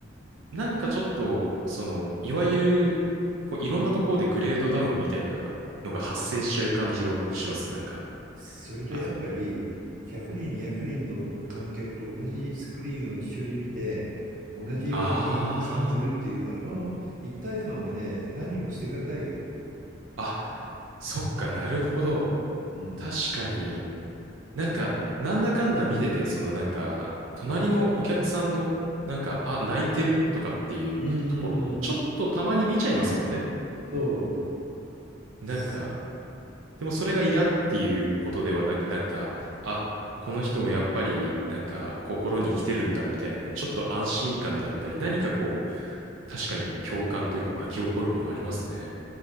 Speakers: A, on the right; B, on the right.
A: なんかちょっと、その、いわゆる、こういろんなところでグレードダウンみたいなのが発生しちゃう感じが僕します。なんか。
B: それとやっぱり100人、
A: あの、
B: 200人の観客と同じスクリーンを一緒に見て、同じように感じるっていう、
A: あ
B: あの一体感はね、何も捨てがたいよ。
A: あ、あ、そっか、なるほど。
B: うん。
A: 確かに、なんか、なんだかんだ見てて、そのなんか、隣のお客さんの、なんか、あ、泣いてるとかっていうところ、
B: うーん。
A: ちょっとたまに見ちゃいますもんね。
B: そう。
A: なんか、
B: す
A: でもそれが嫌っていうことではなく、なんか、あ、この人もやっぱり、なんか、心に来てるんだみたいな、ちょっと安心感だったり、何かこう、確かに共感というか巻き起こるものありますね。